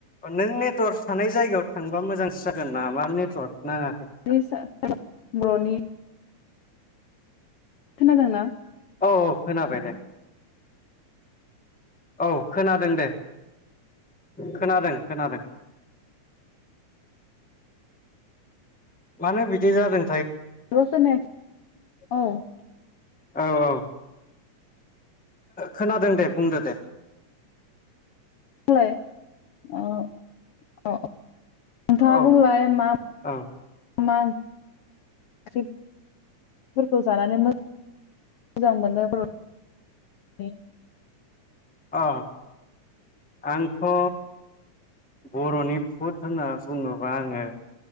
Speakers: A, in the centre; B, on the left (about 65°).
A: नों नेट टर थानाय जायगायाव थांबा मोजां जागोन नामा नेटवर्क नाङाखै नोंना
B: बर्रनि <unintelligible> खोनादों ना?
A: औ औ खोनाबाय दे औ खोनादों दे खोनादों खोनादों मानो बिदि जादों
B: <unintelligible> औ
A: औ औ खोनादों दे बुंदो दे
B: बुंलाय अ अ नोंथाङा
A: औ
B: बुंलााय मा
A: औ
B: मा ओंक्रिफोरखौ जानानै मोजां मोनो बर'नि
A: अ आंथ' बर'नि फुद होनना बुङोबा आङो